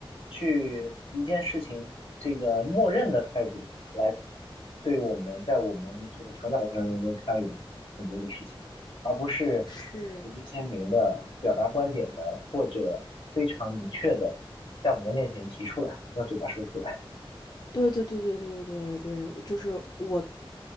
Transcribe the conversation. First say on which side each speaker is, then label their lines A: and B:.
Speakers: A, on the left (about 75°); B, on the left (about 45°).
A: 去一件事情这个默认的态度来对我们在我们这个成长过程中间参与很多的事情，而不是旗帜鲜明的表达观点的，
B: 是，
A: 或者非常明确的在我们的面前提出来，用嘴巴说出来。
B: 对对对对对对对，就是我